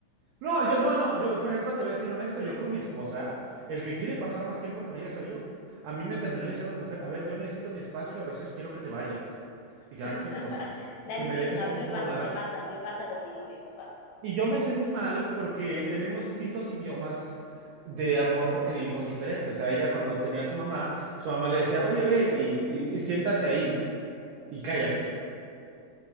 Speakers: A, on the right; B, on the left.
A: No, yo, no, no, yo, por ejemplo, te voy a decir honesto, yo con mi esposa, el que quiere pasar más tiempo con ella soy yo. A mí me terminó diciendo mi mujer, a ver, yo necesito mi espacio, a veces quiero que te vayas y que
B: <laughs>
A: hagas tus cosas,
B: La
A: y que
B: entiendo,
A: me dejes
B: a
A: a
B: mí
A: mí
B: me
A: sola.
B: pasa, me pasa, me pasa con mi novio, me pasa.
A: Y yo me sentí mal porque tenemos distintos idiomas de amor porque vivimos diferente. O sea, ella cuando tenía a su mamá, su mamá le decía, oye, ve y, y y siéntate ahí y cállate.